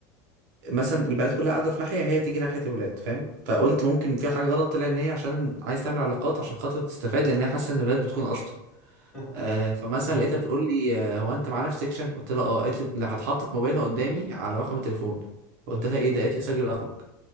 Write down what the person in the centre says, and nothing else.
<laughs>
اه
امم